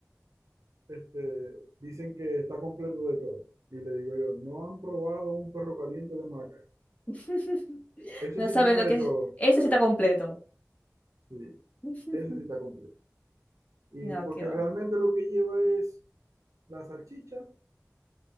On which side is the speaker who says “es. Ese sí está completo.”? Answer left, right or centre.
Left